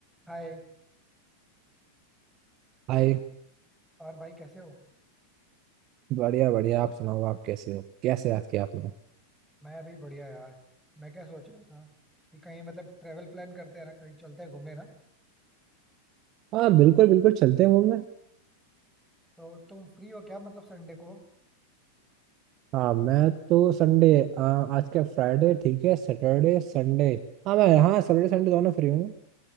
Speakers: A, in the centre; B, on the right.
A: हाय
B: हाय
A: और भाई कैसे हो
B: बढ़िया बढ़िया आप सुनाओ आप कैसे हो कैसे याद किया आपने
A: मैं अभी बढ़िया यार मैं क्या सोच रहा था कि कहीं मतलब ट्रेवल प्लान करते हैं ना कहीं चलते हैं घूमने ना
B: हाँ बिल्कुल बिल्कुल चलते हैं मूवी में
A: तो तुम फ्री हो क्या मतलब संडे को
B: हाँ मैं तो संडे आ, आज क्या फ्राइडे ठीक है सैटरडे संडे हाँ मैं हाँ सैटरडे संडे दोनों फ्री हूँ